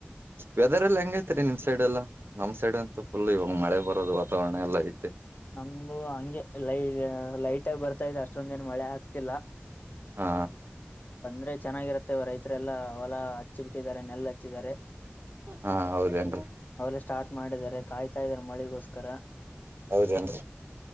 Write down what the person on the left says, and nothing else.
ನಮ್ದು ಹಂಗೆ ಲೈ ಲೈಟ್ ಆಗ ಬರ್ತಾ ಇದೆ ಅಷ್ಟೊಂದ ದಿನ ಮಳೆ ಆಗ್ತಿಲ್ಲ
ಅಂದ್ರೆ ಚೆನ್ನಾಗಿರುತ್ತೆ ಇ ರೈತರೆ ಎಲ್ಲ ಹೊಲ ಹಚ್ಚಿ ಬಿಿಟ್ಟಿದ್ದಾರೆ ನೆಲ್ ಹಚ್ಚಿದ್ದಾರೆ
ಅವೆಲ್ಲ ಸ್ಟಾರ್ಟ್ ಮಾಡಿದ್ದಾರೆ ಕಾಯ್ತಾ ಇದಾರೆ ಮಳಿಗೋಸ್ಕರ